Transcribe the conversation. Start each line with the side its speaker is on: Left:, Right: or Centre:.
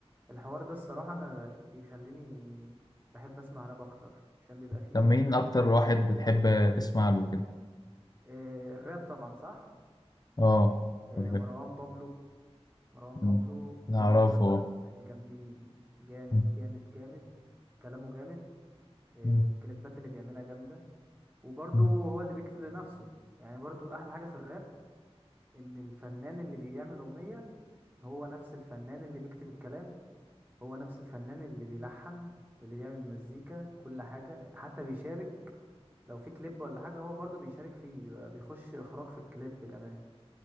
Right: الحوار ده الصراحة أنا بيخليني بحب أسمع راب أكتر عشان بيبقى فيه
Left: طب مين أكتر
Right: معاني
Left: واحد
Right: كتير
Left: بتحب تسمع له كده؟
Right: آه، الراب طبعا صح
Left: آه
Right: آه،
Left: بالظبط.
Right: مروان بابلو مروان بابلو
Left: مم.
Right: من
Left: نعرفه
Right: الرابرز الجامدين جامد
Left: مم.
Right: جامد جامد كلامه جامد آه،
Left: مم.
Right: الكليبات اللي بيعملها جامدة وبرضه
Left: مم.
Right: هو اللي بيكتب لنفسه يعني برضه أحلى حاجة في الراب ان الفنان اللي بيعمل اغنيه هو نفس الفنان اللي بيكتب الكلام هو نفس الفنان اللي بيلحن اللي بيعمل مزيكا كل حاجة حتى بيشارك لو في كليب ولا حاجة هو برضو بيشارك فيه بيبقى بيخش إخراج في الكليب كمان